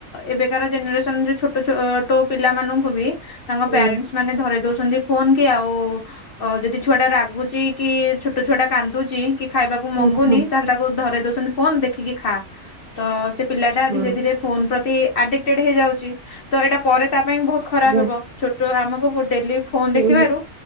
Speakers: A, on the left; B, on the right.
A: ଏବେକାର ଜେନେରେସନ୍ ରେ ଛୋଟ ଛୋ ଟ ପିଲାମାନଙ୍କୁ ବି ତାଙ୍କ
B: ହୁଁ
A: ପ୍ୟାରେଣ୍ଟସ୍ ମାନେ ଧରେଇ ଦଉଛନ୍ତି ଫୋନ୍ କି ଆଉ ଓ ଯଦି ଛୁଆଟା ରାଗୁଚି କି ଛୋଟ ଛୁଆଟା କାନ୍ଦୁଚି କି ଖାଇବାକୁ
B: ହୁଁ
A: ମଗୁନି
B: ହୁଁ
A: ତାହେଲେ ତାକୁ ଧରେଇ ଦଉଛନ୍ତି ଫୋନ୍ ଦେଖିକି ଖା। ତ ସେ ପିଲା ଟା
B: ହୁଁ
A: ଧୀରେ ଧୀରେ ଫୋନ୍ ପ୍ରତି ଆଡିକଟେଡ୍ ହେଇଯାଉଚି। ତ ଏଇଟା ପରେ ତା ପାଇଁ ବହୁତ ଖରାପ
B: ଆଜ୍ଞା।
A: ହେବ। ଛୋଟ ଆମକୁ ଡେଲି ଫୋନ୍
B: ହୁଁ
A: ଦେଖିବାରୁ
B: ହୁଁ